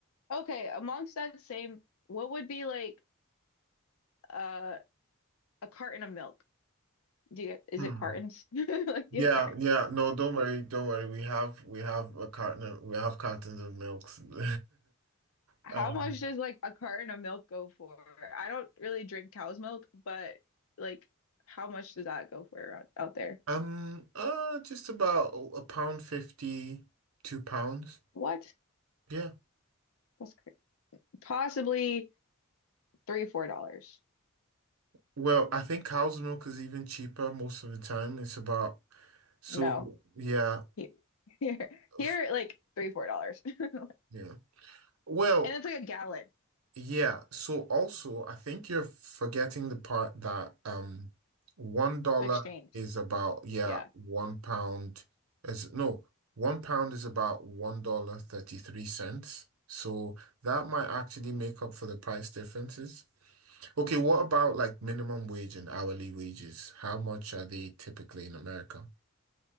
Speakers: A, on the left; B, on the right.
A: Okay. Amongst that same, what would be like uh a carton of milk? Do you is
B: hmm.
A: it cartons? <laughs> Like do
B: Yeah,
A: you have cartons?
B: yeah, no, don't worry, don't worry. We have we have a carton, we have cartons of milks. <laughs>
A: How
B: Um,
A: much does like a carton of milk go for? I don't really drink cow's milk, but like how much does that go for around out there?
B: um, uh, just about a a pound fifty, two pounds.
A: What?
B: Yeah.
A: That's cra Possibly three, four dollars.
B: Well, I think cow's milk is even cheaper most of the time. It's about so
A: No.
B: yeah,
A: He- <laughs> Here, here,
B: f-
A: like three, four dollars. <laughs>
B: yeah. Well,
A: And it's like a gallon
B: Yeah, so also I think you're forgetting the part that um one dollar
A: the exchange.
B: is about yeah,
A: Yeah.
B: one pound is no, one pound is about one dollar thirty three cents. So that might actually make up for the price differences. Okay, what about like minimum wage and hourly wages? How much are they typically in America?